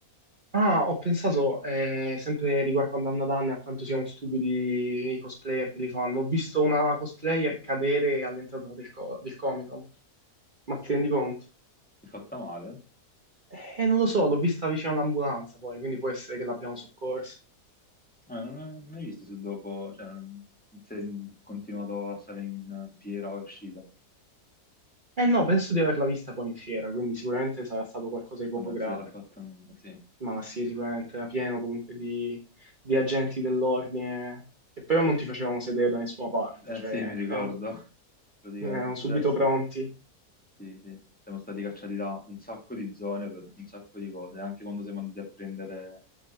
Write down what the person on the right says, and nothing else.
Ah, ho pensato, eh, sempre riguardo a Dandadan e a quanto siano stupidi i cosplayer che li fanno, ho visto una cosplayer cadere all'entrata del, co- del Comic Con, ma ti rendi conto?
Eh, non lo so, l'ho vista vicino all'ambulanza poi, quindi può essere che l'abbiamo soccorsa.
Eh no, penso di averla vista poi in fiera, quindi sicuramente sarà stato qualcosa di poco
grave.
Ma sì, sicuramente era pieno comunque di, di agenti dell'ordine che però non ti facevano sedere da nessuna parte,
cioè
erano,
erano subito
pronti,